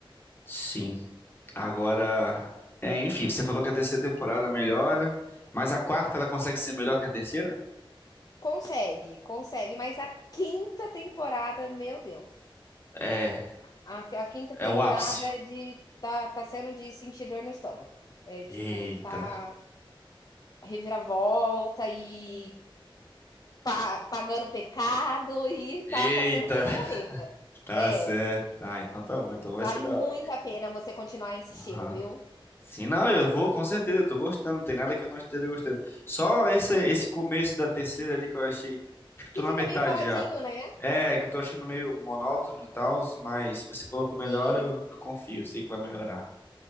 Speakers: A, on the left (about 25°); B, on the left (about 45°).
A: sim. Agora. É, enfim, você falou que a terceira temporada melhora, mas a quarta ela consegue ser melhor que a terceira?
B: Consegue, consegue, mas a quinta temporada, meu Deus.
A: É,
B: A, a quinta temporada
A: é o ápice.
B: é de. Tá, tá sendo de sentir dor no estômago. É
A: Eita.
B: tipo, tá reviravolta e Pa pagando pecado e
A: Eita.
B: tá tá sendo bem correta
A: Tá
B: É,
A: certo. Ah, então tá bom, então vai
B: vale
A: ser da
B: muito
A: hora.
B: a pena você continuar insistindo,
A: Aham.
B: viu.
A: Sim, não, eu vou com certeza, eu tô gostando, não tem nada que eu não esteja gostando. Só esse esse começo da terceira ali que eu achei, acho que eu
B: Que
A: tô na
B: fica
A: metade
B: meio paradinho,
A: já.
B: né.
A: É, que eu tô achando meio monótono e tal, mas se você falou que melhora,
B: Sim,
A: eu, eu confio, sei que vai melhorar.